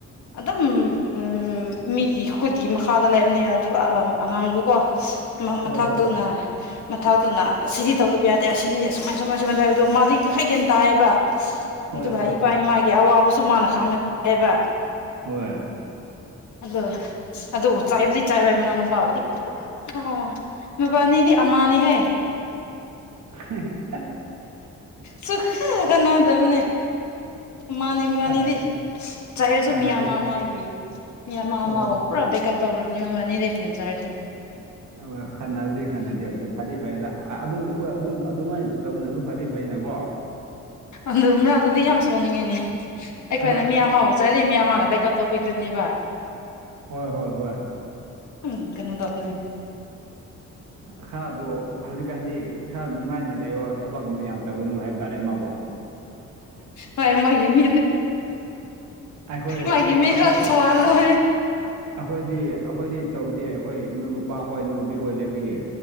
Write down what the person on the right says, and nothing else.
ꯍꯣꯏ
ꯍꯣꯏ
ꯍꯣꯏ
ꯍꯣꯏ
ꯍꯣꯏ
ꯍꯣꯏ꯫
ꯍ <unintelligible>
ꯈꯅ
ꯈꯥꯟꯅꯗꯦ
ꯍꯣꯏ
ꯍꯣꯏ ꯈꯟꯅꯕꯨꯗꯤ ꯈꯟꯅꯗꯦ ꯌꯥꯝ ꯐꯗꯤ ꯐꯩꯌꯦ ꯑꯗ ꯑꯗꯨ ꯍꯣꯏ ꯑꯗꯨꯅ ꯑꯗꯨꯃꯥꯏꯅ ꯇꯧꯕꯅꯁꯨ ꯐꯗꯤ ꯐꯩꯌꯦꯅꯀꯣ
ꯍꯣꯏ
ꯍꯣꯏ ꯍꯣꯏ ꯍꯣꯏ꯫
ꯎ꯫ ꯈꯔꯗꯣ ꯍꯧꯖꯤꯛꯀꯥꯟꯗꯤ ꯈꯔ ꯅꯨꯡꯉꯥꯏꯅ ꯂꯩꯔꯣ ꯊꯕꯛꯀꯨꯝꯕ ꯌꯥꯝ ꯇꯧꯒꯅꯨ ꯍꯥꯏꯕ ꯇꯥꯔꯦ ꯃꯥꯕꯣ꯫
ꯑꯩꯈꯣꯏ
ꯑꯩꯈꯣꯏ
ꯑꯩꯈꯣꯏꯗꯤ ꯑꯩꯈꯣꯏꯗꯤ ꯇꯧꯗꯦ ꯑꯩꯈꯣꯏ ꯏꯎ ꯅꯨꯄꯥ ꯍꯣꯏ ꯏꯎꯄꯤꯈꯣꯏ ꯂꯩꯕꯒꯤ꯫